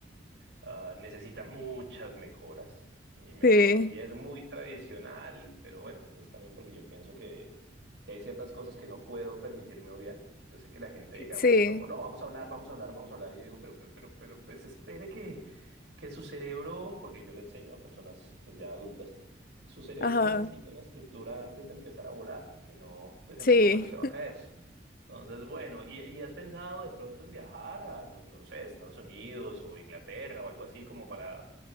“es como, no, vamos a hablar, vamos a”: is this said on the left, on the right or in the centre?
Right